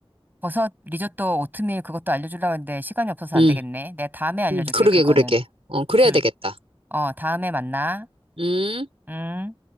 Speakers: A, on the right; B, on the right.
A: 버섯 리조또 오트밀 그것도 알려주려고 했는데 시간이 없어서
B: 음,
A: 안 되겠네. 내가 다음에 알려줄게
B: 음. 그러게,
A: 그거는.
B: 그러게. 어, 그래야
A: 음,
B: 되겠다.
A: 어, 다음에 만나.
B: 음.
A: 음.